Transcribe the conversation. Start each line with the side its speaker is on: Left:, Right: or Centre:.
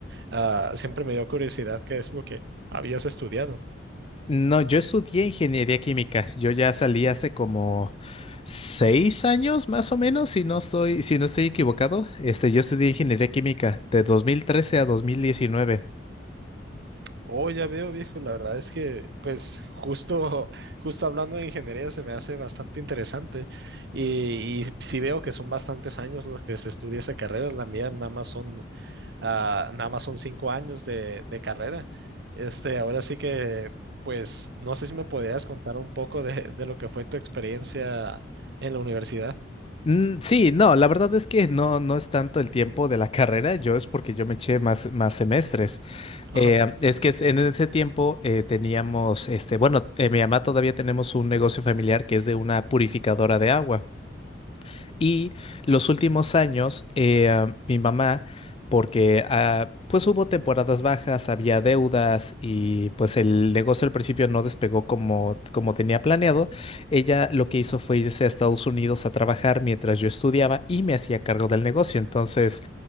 Right: ah, siempre me dio curiosidad qué es lo que habías estudiado.
Left: No, yo estudié ingeniería química. Yo ya salí hace como seis años, más o menos, si no estoy, si no estoy equivocado. Este, yo estudié ingeniería química de 2013 a 2019.
Right: Oh, ya veo, viejo, la verdad es que pues justo, <laughs> justo hablando de ingeniería se me hace bastante interesante y, y sí veo que son bastantes años los que se estudia esa carrera, la mía nada más son Ah, nada más son cinco años de, de carrera. Este, ahora sí que, pues, no sé si me podrías contar un poco de, de lo que fue tu experiencia en la universidad.
Left: Mm, Sí, no, la verdad es que no, no es tanto el tiempo de la carrera, yo es porque yo me eché más, más semestres.
Right: <laughs> Ajá.
Left: Eh, es que es- en ese tiempo eh, teníamos, este, bueno, eh, mi mamá todavía tenemos un negocio familiar que es de una purificadora de agua. Y los últimos años, eh, ah, mi mamá, porque ah, pues hubo temporadas bajas, había deudas y pues el negocio al principio no despegó como, como tenía planeado, ella lo que hizo fue irse a Estados Unidos a trabajar mientras yo estudiaba y me hacía cargo del negocio. Entonces,